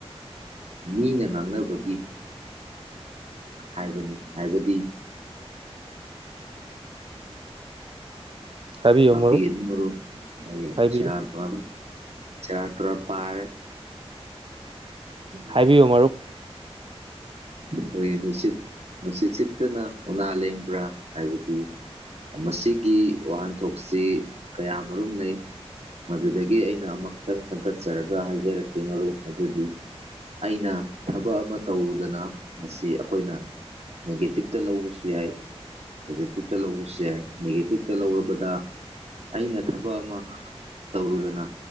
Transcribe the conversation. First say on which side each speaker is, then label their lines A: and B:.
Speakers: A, on the right; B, on the right.
A: ꯃꯤꯅ ꯉꯥꯡꯅꯕꯒꯤ ꯍꯥꯏꯕꯅꯤ ꯍꯥꯏꯕꯗꯤ
B: ꯍꯥꯏꯕꯤꯌꯨ
A: ꯉꯥꯛꯄꯤꯒꯅꯤ
B: ꯃꯔꯨꯞ
A: ꯃꯔꯨꯞ ꯑꯩ
B: ꯍꯥꯏꯕꯤꯌꯨ
A: ꯁꯦꯔꯥꯟꯇꯨꯔ ꯁꯦꯔꯥꯟ ꯇꯨꯔ ꯄꯥꯔꯦ
B: ꯍꯥꯏꯕꯤꯌꯨ ꯃꯔꯨꯞ
A: ꯑꯩꯈꯣꯏꯒꯤ ꯅꯨꯡꯁꯤꯠ ꯅꯨꯡꯁꯤꯠ ꯁꯤꯠꯇꯅ ꯎꯅꯥ ꯂꯦꯡꯕ꯭ꯔꯥ ꯍꯥꯏꯕꯗꯤ ꯃꯁꯤꯒꯤ ꯋꯥꯍꯟꯊꯣꯛꯁꯤ ꯀꯌꯥꯃꯨꯝ ꯂꯩ ꯃꯗꯨꯗꯒꯤ ꯑꯩꯅ ꯑꯃꯛꯇꯪ ꯈꯟꯒꯠꯆꯔꯒ ꯍꯥꯏꯖꯔꯛꯀꯦ ꯃꯔꯨꯞ ꯃꯗꯨꯗꯤ ꯑꯩꯅ ꯊꯕꯛ ꯑꯃ ꯇꯧꯔꯨꯗꯅ ꯃꯁꯤ ꯑꯩꯈꯣꯏꯅ ꯅꯦꯒꯦꯇꯤꯞꯇ ꯂꯧꯕꯁꯨ ꯌꯥꯏ ꯄꯣꯖꯤꯇꯤꯚꯇ ꯂꯧꯕꯁꯨ ꯌꯥꯏ ꯅꯦꯒꯦꯇꯤꯞꯇ ꯂꯧꯔꯕꯗ ꯑꯩꯅ ꯊꯕꯛ ꯑꯃ ꯇꯧꯔꯨꯗꯅ